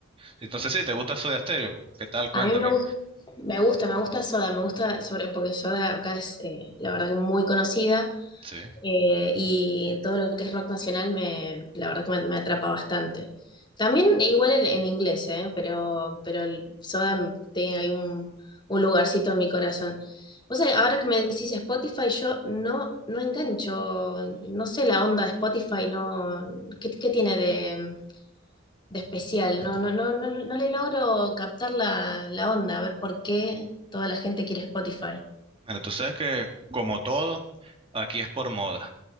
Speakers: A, on the right; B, on the left.
A: Entonces sí, ¿te gusta Soda Stereo? ¿Qué tal? Cuéntame.
B: A mí me, gu- me gusta, me gusta Soda, me gusta sobre, porque Soda acá es eh, la verdad que muy conocida
A: Sí.
B: Eh, y todo lo que es rock nacional me, la verdad que me, me atrapa bastante. También igual en, en inglés, ¿eh? pero, pero el Soda tiene ahí un, un lugarcito en mi corazón. O sea, ahora que me decís Spotify, yo no, no engancho, no sé la onda de Spotify, no, ¿qué, qué tiene de, de especial? No, no, no, no, no le logro captar la, la onda, a ver por qué toda la gente quiere Spotify.
A: Bueno, tú sabes que como todo, aquí es por moda.